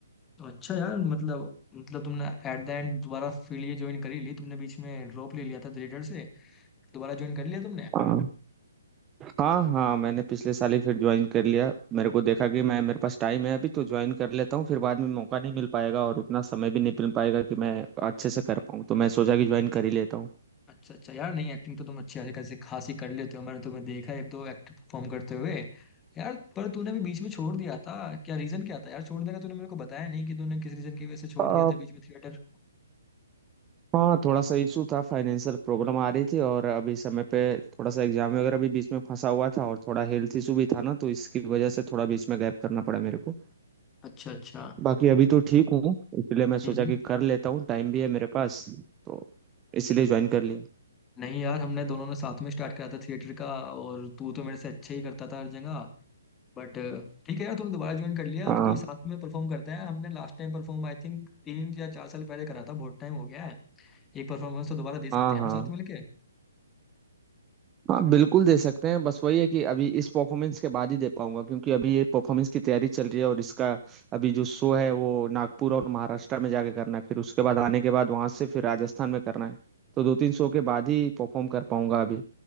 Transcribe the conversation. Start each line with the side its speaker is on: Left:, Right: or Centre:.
Left: तो अच्छा यार मतलब मतलब तुमने एट द एंड दोबारा फील्ड ये ज्वाइन करी ली तुमने बीच में ड्रॉप ले लिया था थिएटर से दोबारा ज्वाइन कर लिया तुमने
Right: हाँ हाँ हाँ मैंने पिछले साल ही फिर ज्वाइन कर लिया मेरे को देखा कि मैं मेरे पास टाइम है अभी तो ज्वाइन कर लेता हूँ फिर बाद में मौका नहीं मिल पाएगा और उतना समय भी नहीं मिल पाएगा कि मैं अच्छे से कर पाऊँ तो मैं सोचा कि ज्वाइन कर ही लेता हूँ
Left: अच्छा अच्छा यार नहीं एक्टिंग तो तुम अच्छी खासी खासी खासी कर लेते हो मैंने तुम्हें देखा है एक दो एक्ट परफॉर्म करते हुए यार पर तूने भी बीच में छोड़ दिया था क्या रीजन क्या था यार छोड़ने का तूने मेरे को बताया नहीं कि तूने किस रीजन की वजह से छोड़
Right: हाँ
Left: दिया था बीच में थिएटर
Right: हाँ थोड़ा सा इशू था फाइनेंशियल प्रॉब्लम आ रही थी और अभी समय पे थोड़ा सा एग्जाम वगैरह भी बीच में फंसा हुआ था और थोड़ा हेल्थ इशू भी था ना तो इसकी वजह से थोड़ा बीच में गैप करना पड़ा मेरे को
Left: अच्छा अच्छा
Right: बाकी अभी तो ठीक हूँ इसलिए मैं सोचा
Left: हम्म
Right: कि कर लेता हूँ टाइम भी है मेरे पास तो इसलिए ज्वाइन कर लिया
Left: नहीं यार हमने दोनों ने साथ में स्टार्ट करा था थिएटर का और तू तो मेरे से अच्छे ही करता था हर जगह बट ठीक है यार तुम दोबारा ज्वाइन कर लिया अब
Right: हाँ
Left: कोई साथ में परफॉर्म करते हैं हमने last time perform I think तीन या चार साल पहले करा था बहुत टाइम हो गया है एक परफॉर्मेंस तो दोबारा दे सकते
Right: हाँ
Left: हैं
Right: हाँ
Left: हम साथ मिलके
Right: हाँ बिल्कुल दे सकते हैं बस वही है कि अभी इस परफॉर्मेंस के बाद ही दे पाऊंगा क्योंकि अभी ये परफॉर्मेंस की तैयारी चल रही है और इसका अभी जो शो है वो नागपुर और महाराष्ट्र में जाके करना है फिर उसके बाद आने के बाद वहां से फिर राजस्थान में करना है तो दो तीन शो के बाद ही परफॉर्म कर पाऊंगा अभी